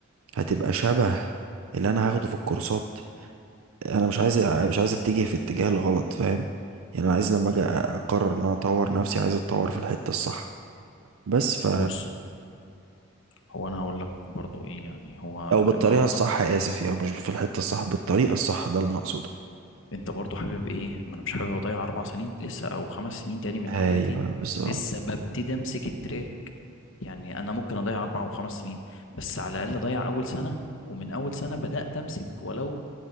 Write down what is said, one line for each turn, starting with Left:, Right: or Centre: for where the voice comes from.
Right: هتبقى شبه اللي انا هاخده في الكورسات انا مش عايز مش عايز اتجه في الاتجاه الغلط فاهم يعني انا عايز لما اجي اقرر ان انا اطور نفسي عايز اتطور في الحته الصح بس ف
Left: بص هو انا هقول لك برضو ايه يعني هو
Right: او بالطريقه
Left: النهارده
Right: الصح اسف يعني مش في الحته الصح بالطريقه الصح ده اللي انا اقصده
Left: انت برضو حابب ايه ما انا مش حابب اضيع اربع سنين لسه او خمس سنين تاني من
Right: ايوه
Left: حياتي
Right: بالظبط
Left: لسه ببتدي امسك التراك يعني انا ممكن اضيع اربع وخمس سنين بس على الاقل اضيع اول سنه ومن اول سنه بدات امسك ولو